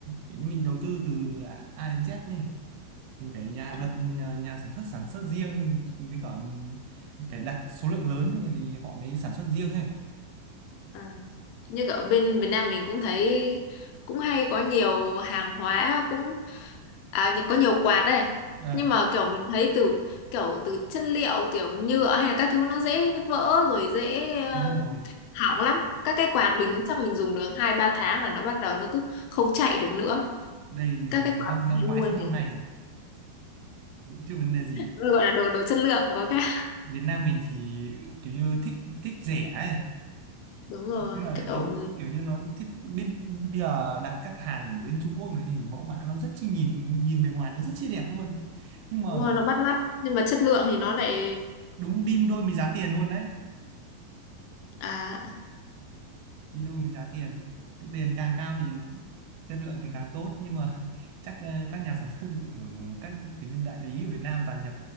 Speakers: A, on the right (about 80°); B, on the left (about 85°).
A: kiểu như mình đầu tư từ A A đến Z nhỉ mình phải nhà
B: À,
A: đặt nhà, nhà sản xuất sản xuất riêng với cả phải đặt số lượng lớn thì thì họ mới sản xuất riêng ấy
B: à. như ở bên Việt Nam mình cũng thấy cũng hay có nhiều hàng hóa cũng à, có nhiều quạt đây
A: ờ
B: nhưng mà kiểu mình thấy từ kiểu từ chất liệu kiểu nhựa hay là các thứ nó dễ vỡ rồi dễ um,
A: đúng rồi
B: hỏng lắm các cái quạt mình chắc mình dùng được hai ba tháng là nó bắt đầu nó cứ không chạy được nữa
A: đây dùng
B: các cái quạt
A: năm
B: mình
A: năm
B: hay
A: ngoái
B: mua
A: sang
B: như
A: năm
B: thế
A: này chứ vấn đề gì
B: Nó gọi là đồ đồ chất lượng có khác
A: Việt Nam mình thì kiểu như thích thích rẻ ấy
B: <laughs> đúng rồi
A: nhưng mà lại
B: kiểu
A: thấy kiểu như nó thích bên bây giờ đặt các hàng ở bên Trung Quốc nó thì mẫu mã nó rất chi nhìn nhìn bề ngoài nó rất chi đẹp luôn nhưng mà
B: đúng rồi nó bắt mắt nhưng mà chất lượng thì nó lại
A: đúng đi đôi với giá tiền luôn đấy
B: à
A: đi đôi với giá tiền Cái tiền càng cao thì chất lượng thì càng tốt nhưng mà <laughs> chắc ờ, các nhà sản xuất ở các kiểu nhân đại lý ở Việt Nam toàn nhập